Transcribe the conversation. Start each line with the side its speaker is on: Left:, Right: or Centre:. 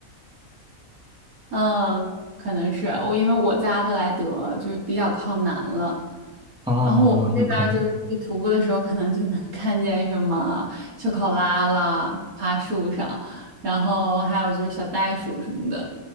Right: 嗯，可能是我，因为我在阿德莱德就是比较靠南了，
Centre: 哦，
Right: 然后我们这边儿就是去徒步的时候，
Centre: 有可能。
Right: 可能就能 <laughs> 看见什么秋考拉啦，爬树上，然后还有就是小袋鼠什么的，